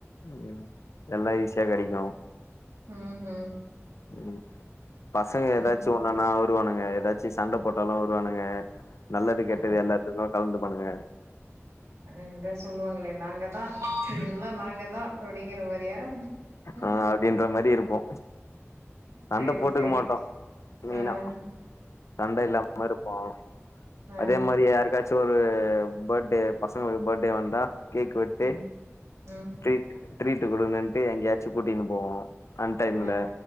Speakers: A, on the left (about 75°); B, on the right (about 75°).
A: ம் எல்லா ஈஸியா கெடைக்கு
B: ம் ம்
A: ம் பசங்க எதாச்சு
B: ம்
A: ன்னா வருவானுங்க எதாச்சு சண்ட போட்டாலு வருவானுங்க நல்லது கெட்டது
B: ஓ
A: எல்லாத்துக்கு கலந்துப்பாண்ணுங்க
B: ஆ இதோ சொல்லுவாங்களே நாங்கதா எல்லா நாங்கதா அப்டிங்கிறமாரியா ம்
A: ஆ அப்டின்ற மாரி இருப்போ சண்ட
B: சேரி
A: போட்டுக்க
B: சேரி
A: மாட்டோ மெயினா
B: ம்
A: சண்ட இல்லாம இருக்கு
B: ஆ
A: அதே மாரி யாருக்காச் சு ஒரு பர்த்டே பசங்களுக் பர்த்டே வந்தா கேக் வெட்டு
B: ம் ம்
A: ட்ரீட ட்ரீட் கொடுண்ன்ட்டு எங்கயாச்சு கூட்டின் போவோ அன் டைம்ல
B: ஆ